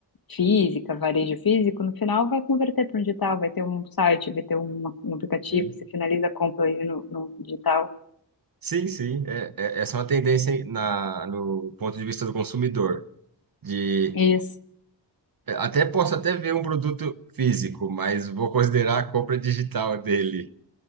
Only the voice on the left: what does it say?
física, varejo físico, no final vai converter para um digital, vai ter um site, vai ter uma- um aplicativo,
você finaliza a compra aí no, no digital.
Isso.